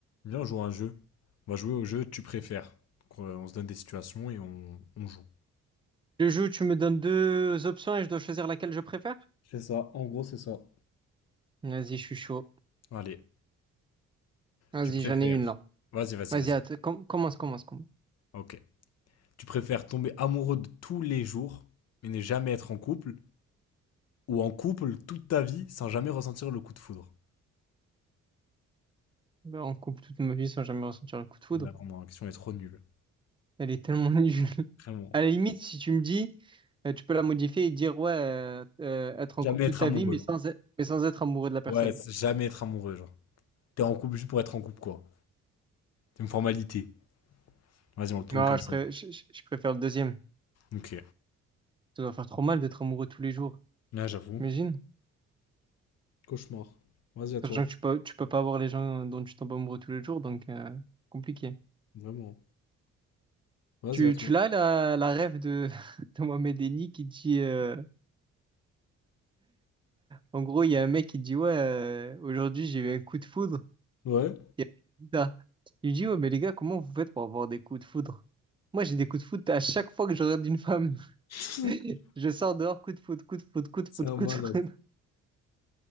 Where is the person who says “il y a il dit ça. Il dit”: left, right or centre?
Right